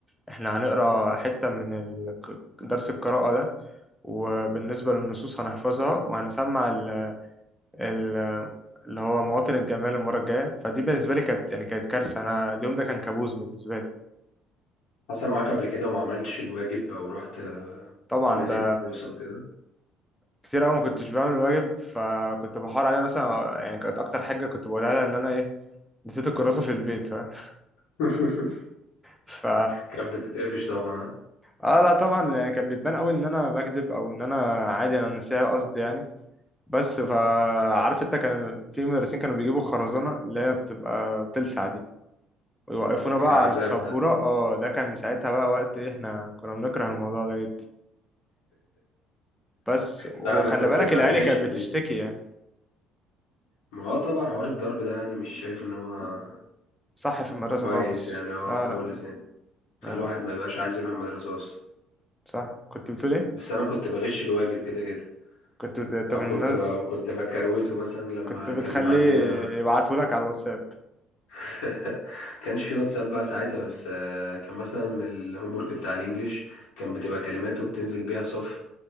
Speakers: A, in the centre; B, on the left (about 80°).
A: احنا هنقرا حتة من ال- درس القراءة ده وبالنسبة للنصوص هنحفظها وهنسمع ال ال اللي هو مواطن الجمال المرة الجاية فدي بالنسبة لي كانت يعني كانت كارثة أنا اليوم ده كان كابوس بالنسبة لي
B: حصل معاك قبل كده وما عملتش الواجب او رحت آه،
A: طبعا
B: ناسي
A: ده
B: الكراسة وكده
A: كتير أوي ما كنتش بعمل الواجب فكنت بحاول عليها مثلا يعني كانت أكتر حاجة كنت بقولها لها إن أنا إيه نسيت الكراسة في البيت فاهم
B: <laughs>
A: ف
B: كانت بتتقفش طبعا ها
A: اه لا طبعا يعني كانت بتبان قوي ان انا بكذب او ان انا عادي انا نسيها قصدي يعني بس فعارف انت كان في مدرسين كانوا بيجيبوا خرزانة اللي هي بتبقى بتلسع دي ويوقفونا
B: ده كان
A: بقى
B: عذاب
A: على السبورة
B: ده
A: اه ده كان ساعتها بقى وقت إيه، احنا كنا بنكره الموضوع ده جدا بس وخلي
B: لا انا كنت
A: بالك
B: بغش
A: العيال كانت بتشتكي
B: بيه
A: يعني
B: ما هو طبعا حوار الضرب ده يعني مش شايف ان هو
A: صح في المدرسة
B: كويس
A: خالص
B: يعني اه
A: لا
B: خالص
A: لا
B: يعني خلي
A: لا
B: الواحد ما يبقاش عايز يروح المدرسه اصلا
A: صح كنت بتقول ايه؟
B: بس انا كنت بغش الواجب كده كده
A: كنت بت... انت من
B: او كنت
A: الناس
B: ب... كنت بكروته مثلا لما
A: كنت بتخليه
B: كان بيبقى عندنا
A: يبعتهولك على الواتساب
B: <laughs> كانش في واتساب بقى ساعتها بس آه، كان مثلا الهوم ورك بتاع الانجليش كان بتبقى كلمات وبتنزل بيها صف